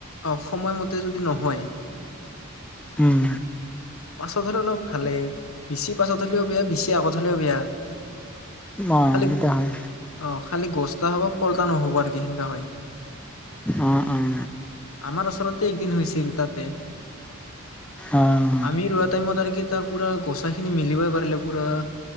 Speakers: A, on the left; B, in the centre.
A: অ' সময়মতে যদি নহয়।
B: উম।
A: পাছত হ'লে অলপ ভালেই, বেছি পাছত হ'লেও বেয়া, বেছি আগত হ'লেও বেয়া।
B: অ'
A: খালি
B: এইটো হয়।
A: অ' খালি গছটা হ'ব, ফলটা নহব আৰু কি সেনেকা হয়।
B: অঁ অঁ
A: আমাৰ ওচৰতে একদিন হৈছিল তাতে,
B: অঁ
A: আমি ৰোৱাত টাইমত আৰু কি তাৰ পোৰা গছাখিনি মিলিবই পাৰিলে পোৰা,